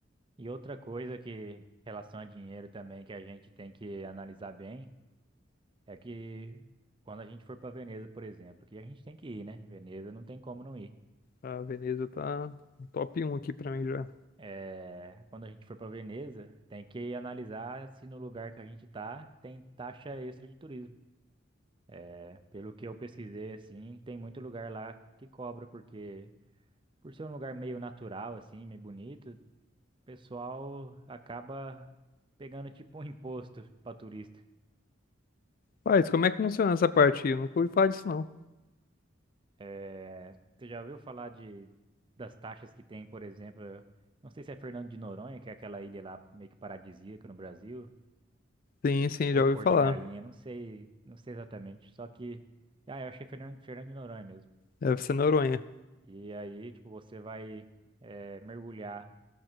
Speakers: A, on the right; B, on the left.
A: E outra coisa que, em relação a dinheiro também, que a gente tem que analisar bem, é que quando a gente for para Veneza, por exemplo, que a gente tem que ir, né? Veneza não tem como não ir.
B: A Veneza tá top um aqui pra mim já.
A: É, quando a gente for para Veneza, tem que analisar se no lugar que a gente tá tem taxa extra de turismo. É, pelo que eu pesquisei, assim, tem muito lugar lá que cobra, porque por ser um lugar meio natural, assim, meio bonito, o pessoal acaba pegando tipo um <laughs> imposto para turista.
B: Mas como é que funciona essa parte? Eu nunca ouvi falar disso, não.
A: É, você já ouviu falar de das taxas que tem, por exemplo, eu não sei se é Fernando de Noronha, que é aquela ilha lá meio que paradisíaca no Brasil.
B: Sim, sim,
A: ou
B: já ouvi
A: pôr
B: falar.
A: de galinha, não sei, não sei exatamente. Só que, ah, eu achei Fernando, Fernando de Noronha mesmo.
B: Deve ser Noronha.
A: E aí, tipo, você vai eh, mergulhar,